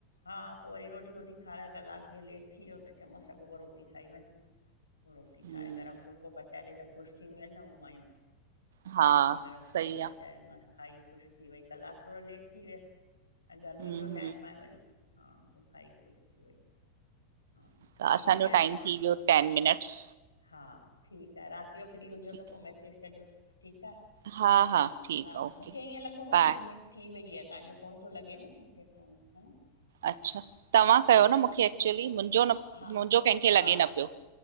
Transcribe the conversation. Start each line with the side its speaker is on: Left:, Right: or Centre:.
Left: हा पो वरी रोटी वोटी खाराए कलाक जीअं लेट थीयो त चयोमस अगो पो रोटी खाई वंञ। रोटी
Right: हम्म।
Left: ठाहे गरम फुल्को पचाए ॾे त ख़ुश थीदियूं आहिन न उह माइयूं।
Right: हा
Left: गरम
Right: सही
Left: फूलको
Right: आ
Left: पचाए ॾिनो मांस। खाई ख़ुश थी वई। कलाक थोडो लेट थी वियस ऐं गर्मी
Right: हूं
Left: जो
Right: हूं
Left: टाइम आ वरी। हा पो खाई ख़ुश थी वई। हा
Right: ठीक आ,
Left: ॾींदी
Right: असांजो
Left: आहियांसि
Right: टाइम
Left: मां
Right: थी व्यो
Left: हा
Right: टेन मिनट्स।
Left: हा ठीक आहे, रात जो फ्री हुजो
Right: ठीकु,
Left: त पो वरी मैसेज कजो, ठीक आ।
Right: हा हा ठीकु
Left: हा
Right: आ ओके
Left: मूंखे ईअं लॻो मुंहिंजी
Right: बाए
Left: लिमिट थी वई आहे, तव्हांजो कोन थो लॻे न फ़ोन, हा न
Right: अच्छा!
Left: हा
Right: तव्हां कयो
Left: चलो
Right: न मूंखे, एक्चुली मुंहिंजो न
Left: हा
Right: मुंहिंजो कंहिंखे
Left: हा
Right: लॻे न पियो।